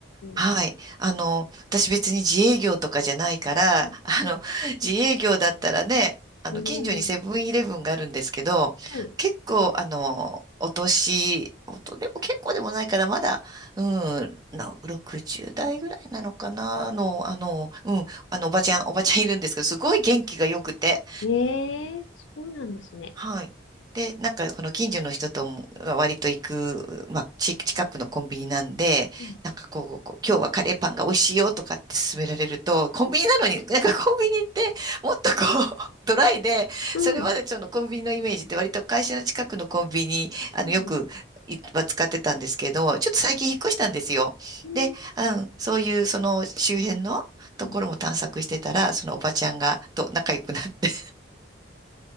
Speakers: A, on the right; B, on the left.
A: はい。
B: ん。
A: あの、私別に自営業とかじゃないから、
B: うん。
A: <laughs> あの、自営業だったらね、あの、
B: うん
A: 近所にセブンイレブンがあるんですけど、
B: はい。
A: 結構、あの、お年、おと、でも結構でもないから、まだ、うん、な60代ぐらいなのかな、の、あの、うん、あの、おばちゃん、おばちゃんいるんですけど、すごい元気が良くて、
B: ええそうなんですね。
A: はい。で、なんか、この近所の人とも割と行く、まあ、ち近くのコンビニなんで、
B: うん。
A: なんかこう、こう今日はカレーパンが美味しいよとかって勧められると、コンビニなのに、<laughs> なんかコンビニってもっとこう、<laughs> ドライで、
B: うん。
A: それまでそのコンビニのイメージって割と会社の近くのコンビニ、あの、
B: うん。
A: よく、いは使ってたんですけど、ちょっと最近引っ越したんですよ。
B: ええ、
A: で、うん、そういうその周辺のところも探索してたら、
B: うん。
A: そのおばちゃんがと仲良くなって